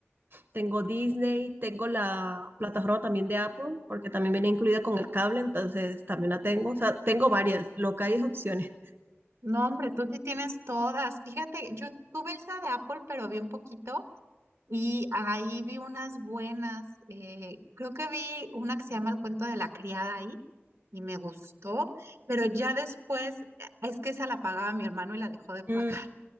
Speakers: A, on the right; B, on the right.
A: Tengo Disney, tengo la plataforma también de Apple, porque también viene incluida con el cable, entonces también la tengo. O sea, tengo varias, lo que hay es opciones.
B: No, hombre, tú sí tienes todas. Fíjate, yo tuve esa de Apple, pero vi un poquito. Y ahí vi unas buenas, eh, creo que vi una que se llama El cuento de la criada ahí y me gustó, pero ya después eh, es que esa la pagaba mi hermano y la dejó de pagar,
A: Mm,